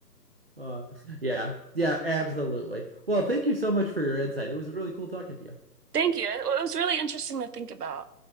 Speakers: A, on the right; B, on the right.
A: Uh, yeah, yeah, absolutely. Well, thank you so much for your insight. It was really cool talking to you.
B: Thank you. It was really interesting to think about.